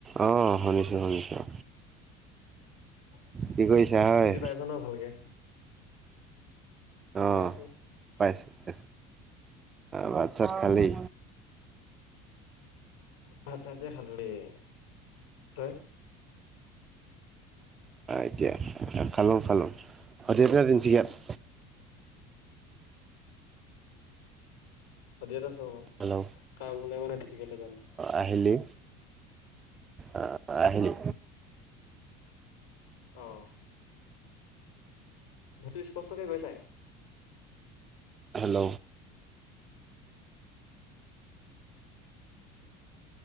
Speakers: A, on the right (about 35°); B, on the left (about 85°).
A: অঁ শুনিছোঁ শুনিছোঁ।
B: <unintelligible>
A: কি কৰিছা হয়
B: বুজি পাইছ নহ ভালকে। এনেই
A: অঁ
B: আছো
A: পাইছোঁ পাইছোঁ। ভাত চাত খালি
B: ভাত চাত যে খালোঁ দেই, তই
A: এতিয়া খালোঁ খালোঁ গুৱাহাটী আছ নে তিনিচুকীয়াত-
B: সদিয়াত আছো আক
A: হেল্ল'
B: কাম হলে মানে তিনিচুকীয়ালৈ যাম।
A: আহিলি অ আহিলি।
B: অহ। বস্তু স্পষ্টকে গৈছাই।
A: হেল্ল'।